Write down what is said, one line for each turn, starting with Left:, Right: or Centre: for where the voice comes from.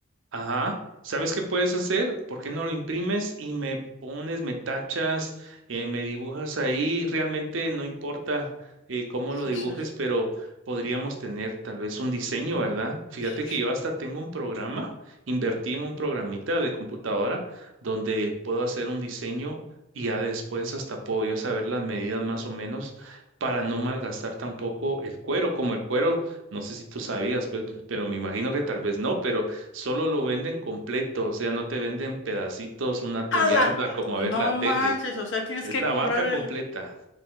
Right: Ajá. ¿Sabes qué puedes hacer? ¿Por qué no lo imprimes y me pones, me tachas, eh, me dibujas ahí? Realmente no importa eh, cómo lo
Left: Sí,
Right: dibujes,
Left: sí,
Right: pero podríamos tener tal vez un diseño, ¿verdad? Fíjate
Left: sí,
Right: que
Left: sí.
Right: yo hasta tengo un programa, invertí en un programita de computadora donde puedo hacer un diseño y ya después hasta puedo yo saber las medidas más o menos para no malgastar tampoco el cuero, como el cuero, no sé si tú sabías, pues, pero me imagino que tal vez no, pero Solo lo venden completo, o sea, no te venden pedacitos, una tuyarda
Left: ¡Hala!
Right: como
Left: No
Right: a ver la tele.
Left: manches, o sea, tienes
Right: Es
Left: que
Right: la
Left: comprar
Right: vaca completa.
Left: el.